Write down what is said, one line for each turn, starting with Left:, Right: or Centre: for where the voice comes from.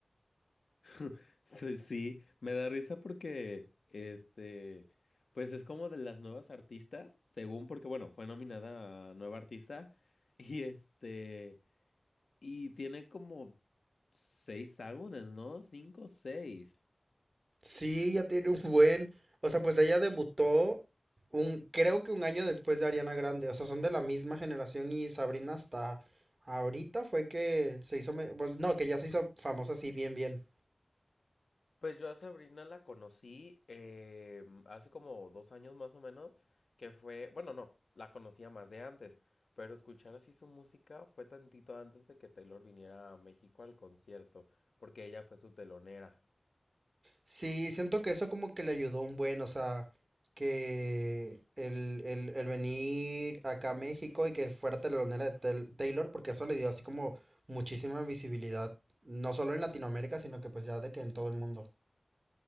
Left: <laughs> Sí, sí, me da risa porque, este, pues es como de las nuevas artistas, según porque, bueno, fue nominada a nueva artista. <laughs> Y este, y tiene como seis álbumes, ¿no? Cinco, seis.
Right: Sí, ya tiene un buen. O sea, pues ella debutó un, creo que un año después de Ariana Grande. O sea, son de la misma generación y Sabrina hasta ahorita fue que se hizo, me- pues, no, que ya se hizo famosa así bien, bien.
Left: Pues yo a Sabrina la conocí eh, hace como dos años más o menos, que fue, bueno, no, la conocía más de antes, pero escuchar así su música fue tantito antes de que Taylor viniera a México al concierto, porque ella fue su telonera.
Right: Sí, siento que eso como que le ayudó un buen, o sea, que el, el, el venir acá a México y que fuera telonera de Tel- Taylor, porque eso le dio así como muchísima visibilidad, no solo en Latinoamérica, sino que pues ya de que en todo el mundo.